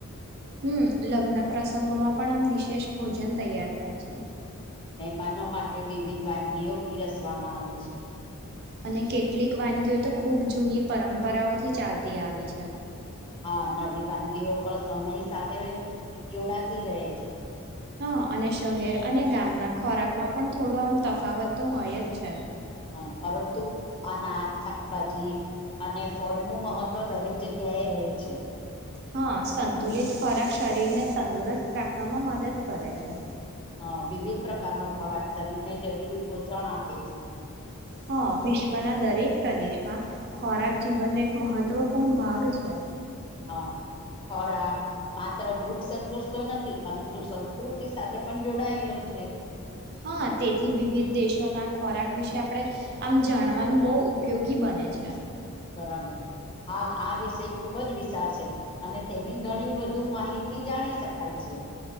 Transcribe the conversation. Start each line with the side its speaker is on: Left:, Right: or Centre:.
Right: હમ લગ્ન પ્રસંગોમાં પણ આમ વિશેષ ભોજન તૈયાર થાય છે
Left: મહેમાનો માટે વિવિધ વાનગીઓ પીરસવામાં આવે છે
Right: અને કેટલીક વાનગીઓ તો ખૂબ જૂની પરંપરાઓથી ચાલતી આવી છે
Left: હા નવી વાનગીઓ પણ સમય સાથે જોડાતી રહે છે
Right: હા અને શહેર અને ગામના ખોરાકમાં પણ થોડું આમ તફાવત તો હોય જ છે
Left: હા પરંતુ અનાજ શાકભાજી અને ફળ નું મહત્વ દરેક જગ્યા એ રહે છે
Right: હા સંતુલિત ખોરાક શરીરને તંદુરસ્ત રાખવામાં મદદ કરે છે
Left: હ વિવિધ પ્રકારનો ખોરાક શરીરને જરૂરી પોષણ આપે છે
Right: હા વિશ્વના દરેક પ્રદેશમાં ખોરાક જીવનનો એક મહત્વપૂર્ણ ભાગ છે
Left: હા ખોરાક માત્ર ભૂખ સંતોષ તો નથી પરંતુ સંસ્કૃતિ સાથે પણ જોડાયેલો છે
Right: હા તેથી વિવિધ દેશોના ખોરાક વિશે આપણે આમ જાણવાનું બહુ ઉપયોગી બને ને છે
Left: બરાબર. હા આ વિષય ખુબ જ વિશાળ છે અને તેની ઘણી બધુ માહિતી જાણી શકાય છે <unintelligible>